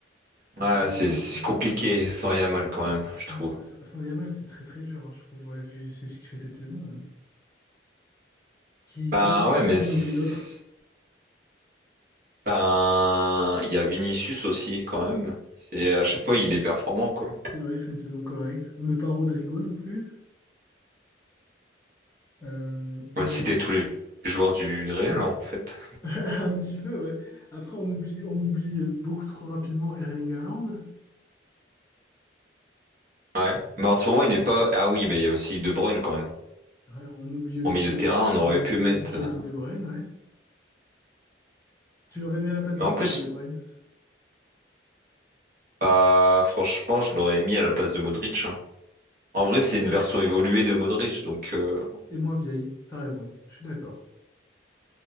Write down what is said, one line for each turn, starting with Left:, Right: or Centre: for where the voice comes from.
Left: On
Right: Ah,
Left: fait
Right: c'est
Left: une équipe.
Right: c'est compliqué sans rien mal quand même, je trouve.
Left: Ah, sa- sa- sans Yamal, c'est très très dur, hein, je trouve, ouais, vu, vu ce qu'il fait cette saison. euh. Qui,
Right: Ben
Left: qu'est-ce qu'on qu'est-ce
Right: ouais, mais
Left: qu'on
Right: c'est-
Left: oublie d'autre?
Right: ben il y a Vinicius aussi quand même. C'est à chaque fois il est performant quoi.
Left: C'est vrai, il fait une saison correcte. On met pas Rodrigo non plus. Euh, on
Right: On va citer tous les joueurs du Real en fait.
Left: <laughs> Un petit peu, ouais. Après, on oublie, on oublie euh, beaucoup trop rapidement Erling Haaland.
Right: Ouais. Mais en ce moment il est pas. Ah oui, mais il y a aussi De Bruyne quand même.
Left: Ouais, on oublie aussi,
Right: En milieu
Left: Ke-
Right: de terrain, on aurait
Left: on oublie
Right: pu mettre.
Left: aussi Kevin
Right: euh,
Left: De Bruyne, ouais. Tu l'aurais mis à la place
Right: Mais
Left: de
Right: en
Left: qui,
Right: plus.
Left: toi, De Bruyne?
Right: Ah, franchement, je l'aurais mis à la place de Modric. hein. En vrai, c'est une version évoluée de Modric. Donc euh,
Left: Et moins vieille, t'as raison, je suis d'accord.